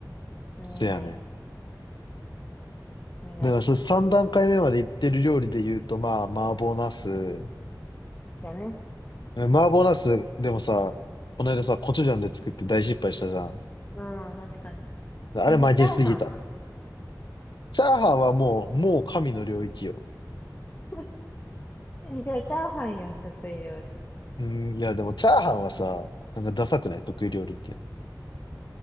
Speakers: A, on the left (about 30°); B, on the left (about 80°).
A: お願い、
B: せやねん。
A: お願いします。
B: だからそれ三段階目まで行ってる料理で言うと、まあ、麻婆茄子。
A: うん。だね。
B: うん麻婆茄子、でもさ、この間さ、コチュジャンで作って大失敗したじゃん。
A: うん、確かに。
B: あれ負けすぎた。
A: え、じゃあチャーハンは
B: チャーハンはもう、もう神の領域よ。
A: <laughs> え、じゃあチャーハンやん、得意料理。
B: うん、いやでもチャーハンはさ、なんかダサくない得意料理っていうの。